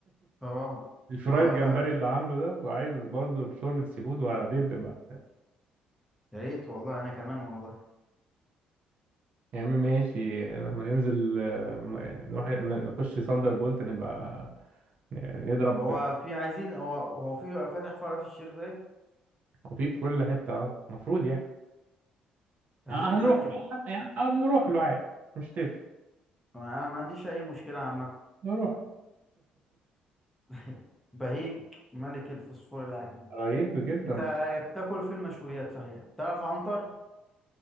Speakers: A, in the centre; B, on the right.
A: اه
B: الفرايد
A: اه
B: جمبري
A: لا
B: اللي عامله ده وعايز برضو شوربة سي فود وهدب بقى
A: يا ريت والله انا كمان والله
B: يا عم ماشي لما ننزل آه، م- نروح ن- نخش ساندر بولت نبقى نضرب
A: هو في عايزين هو هو في فتح فرع في الشيخ زايد
B: خفيف في كل حتة المفروض يعني
A: عايزين
B: آه،
A: نتاكد
B: هنروح له آه، يعني هنروح له عادي مش هتفرق
A: انا ما عنديش اي مشكله عامه
B: نروح
A: <laughs> بهيج ملك الفوسفور العجيب
B: قريب جدا
A: انت بتاكل في المشويات صحيح تعرف عنتر